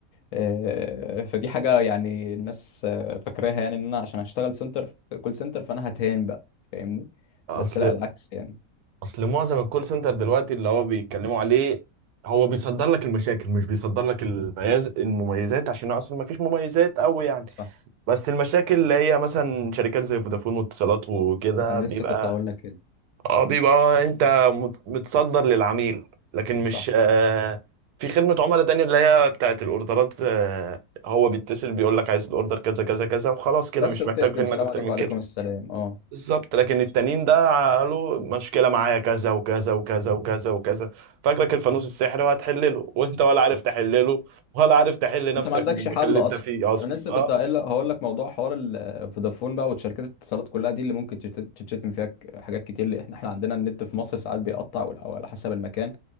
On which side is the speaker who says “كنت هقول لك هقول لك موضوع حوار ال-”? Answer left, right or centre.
Left